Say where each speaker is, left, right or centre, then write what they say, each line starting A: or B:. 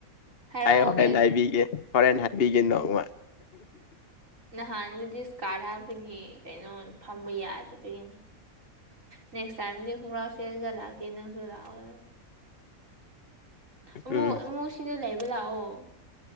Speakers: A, on the right (about 60°); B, on the left (about 45°).
A: ꯍꯥꯏꯔꯛꯑꯣ
B: ꯑꯩ ꯍꯣꯔꯦꯟ
A: ꯀꯩ
B: ꯍꯥꯏꯕꯤꯒꯦ ꯍꯣꯔꯦꯟ ꯍꯥꯏꯕꯤꯒꯦ ꯅꯣꯡꯃ
A: ꯅꯍꯥꯟꯗꯨꯗꯤ ꯏꯁꯀꯥꯠ ꯍꯥꯞꯕꯒꯤ ꯀꯩꯅꯣ ꯐꯝꯕ ꯌꯥꯗꯕꯒꯤꯅꯤ ꯅꯦꯛꯁ ꯇꯥꯌꯝꯗꯤ ꯈꯪꯒ꯭ꯔꯥꯎ ꯁꯦꯠꯂꯒ ꯂꯛꯀꯦ ꯅꯨꯁꯨ ꯂꯥꯎꯗꯅ ꯑꯃꯨꯛ
B: ꯎꯝ
A: ꯑꯃꯨꯛ ꯁꯤꯗ ꯂꯩꯕ ꯂꯥꯛꯑꯣ